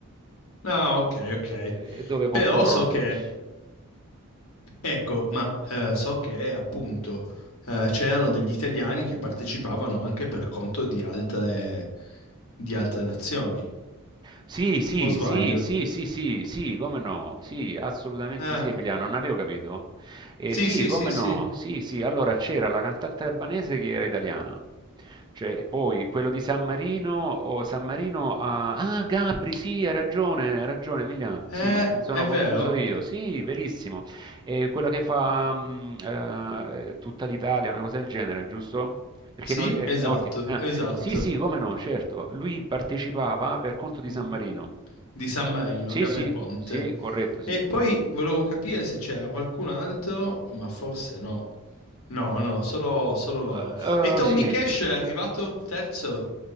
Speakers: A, on the left (about 70°); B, on the right (about 20°).
A: No, ok, ok.
B: eh, dove concorrono
A: Però so che
B: tutti.
A: Ecco, ma eh, so che appunto eh, c'erano degli italiani che partecipavano anche per conto di altre, di altre nazioni,
B: Sì, sì,
A: o sbaglio?
B: sì, sì, sì, sì, sì, come no? Sì, assolutamente
A: Eh,
B: sì, Emiliano, non avevo capito. Eh,
A: sì,
B: sì,
A: sì,
B: come
A: sì, sì,
B: no? Sì, sì, allora c'era la cantante albanese che era italiana. Cioè, poi quello di San Marino, o San Marino, ah, ah, Gabri, sì, hai ragione, hai ragione, Emiliano, sì,
A: Eh,
B: mi sono
A: è
B: confuso
A: vero.
B: io, sì, verissimo. Eh, quella che fa mm, eh, tutta l'Italia, una cosa del genere, giusto? Perché
A: Sì,
B: non... re-
A: esatto,
B: eh, eh, ok. Ah,
A: esatto.
B: Sì, sì, come no, certo. Lui partecipava per conto di San
A: Mm.
B: Marino.
A: Di San Marino,
B: Sì,
A: Gabri
B: sì,
A: Ponte.
B: sì, corretto, sì.
A: E poi volevo capire se c'era qualcun altro, ma forse no. No, no, solo, solo loro.
B: Eh,
A: E Tommy
B: eh, sì.
A: Cash è arrivato terzo?